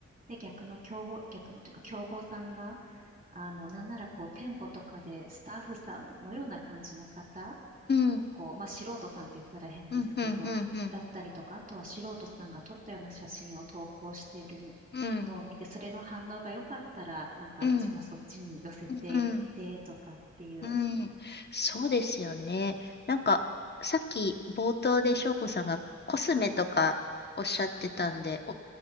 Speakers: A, on the right; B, on the left.
A: で、逆の競合、逆にというか競合さんが、あの、なんならこう店舗とかでスタッフさんのような感じの方
B: うん。
A: こう、まあ、素人さんって言ったら変ですけど、
B: うん。うん。うん。うん。
A: だったりとか、あとは素人さんが撮ったような写真を投稿してる
B: うん。
A: のを見て、それの反応が良かったら、なんかうちもそっちに寄せていってとかっていう。
B: うん。うん。うんそうですよね。なんか、さっき冒頭で翔子さんがコスメとかおっしゃってたんで、お、